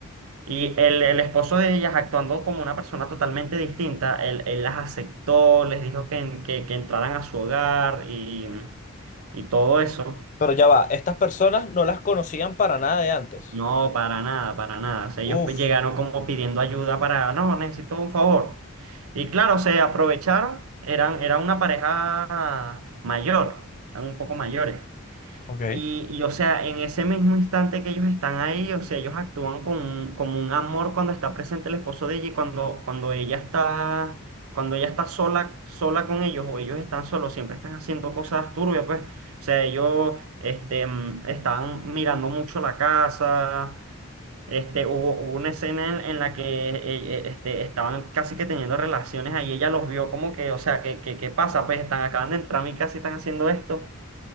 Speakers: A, on the right; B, on the left.
A: y el, el esposo de ellas, actuando como una persona totalmente distinta, él, él las aceptó, les dijo que, en- que, que entraran a su hogar y, y todo eso.
B: Pero ya va, estas personas no las conocían para nada de antes.
A: No, para nada, para nada. O sea,
B: Uf,
A: ellos pe- llegaron como pidiendo ayuda para, no, necesito un favor. Y claro, se aprovecharon, eran, eran una pareja mayor, eran un poco mayores.
B: ok.
A: Y, y, o sea, en ese mismo instante que ellos están ahí, o sea, ellos actúan con, un- como un amor cuando está presente el esposo de ella y cuando, cuando ella está, cuando ella está sola, sola con ellos o ellos están solos, siempre están haciendo cosas turbias, pues. O sea, ellos este, mm, estaban mirando mucho la casa. Este, hubo, hubo una escena en, en la que eh, eh, este, estaban casi que teniendo relaciones ahí, ella los vio como que, o sea, ¿qué, qué, qué pasa? Pues están, acaban de entrar a mi casa y están haciendo esto.